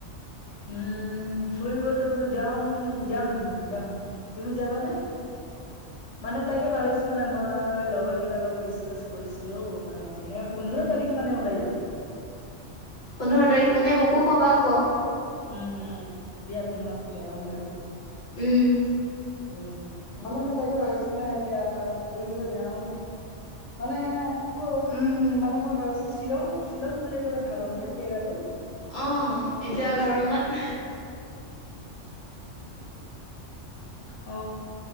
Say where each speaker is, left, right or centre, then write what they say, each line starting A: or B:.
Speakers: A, on the left (about 80°); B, on the left (about 55°).
A: উম, ফুৰিবতো মই যাম, যাম-যাম। তুমি যাবা নে? মানে তাকে ভাবিছো মানে মই লগৰ কেইটাৰ লগত ডিচকাচ কৰিছিলো, মানে এনে পোন্ধৰ তাৰিখ মানে ওলাই যাম।
B: পোন্ধৰ তাৰিখ মানে মোকো ক'বা আক'।
A: উম-উম, দিয়া তোমাকো জনাম বাৰু।
B: উম।
A: অ', মানে মই তাকে ভাবিছো না, এতিয়া ফুৰিব যাওঁ। মানে, উম মানে মই ভাবিছো, শ্বিলং-শ্বিলং ফালে গ'লে ভাল হ'ব নে জেগাটো?
B: অ', এতিয়া গৰমত
A: অ'।